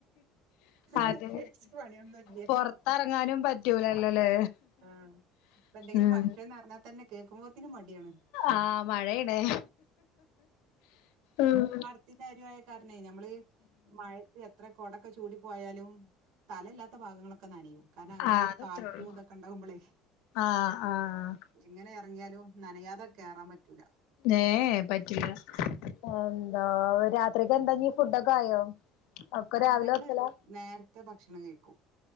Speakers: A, on the left; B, on the right.
A: അതെ
B: പ്രത്യേകിച്ച് പണിയൊന്നും ഇല്ല
A: പൊറത്തെറങ്ങാനും പറ്റ് പറ്റൂലല്ലോലെ
B: ആ ഇപ്പൊ എന്തെങ്കിലും
A: ഉം
B: ഫംഗ്ഷൻ എന്ന് പറഞ്ഞാൽ തന്നെ കേൾക്കുമ്പോത്തിന് മടിയാണ്
A: ആഹ് മഴയാണ് ഉം
B: ത്തിന്റെ അരുവായ കാരണെ ഞമ്മള് മഴത് എത്ര കൊടൊക്കെ ചൂടി പോയാലും തലല്ലാത്ത ഭാഗങ്ങളൊക്കെ നനയും കാരണം അമ്മാതിരി
A: ആഹ് അതത്രേ
B: കാറ്റും
A: ഉള്ളൂ
B: ഇതൊക്കെ ഇണ്ടാവുമ്പളെ
A: ആഹ് ആഹ്
B: എങ്ങനെ എറങ്ങിയാലും നനയാതെ കേറാൻ പറ്റൂല
A: ഏഹ് പറ്റില്ല ആഹ് എന്താ രാത്രിക്കെന്താ ഇനീ ഫുഡൊക്കെ ആയോ? ഒക്കെ
B: ആഹ്
A: രാവിലെ
B: ഞങ്ങള്
A: വെക്കലാ
B: നേരത്തെ ഭക്ഷണം കഴിക്കും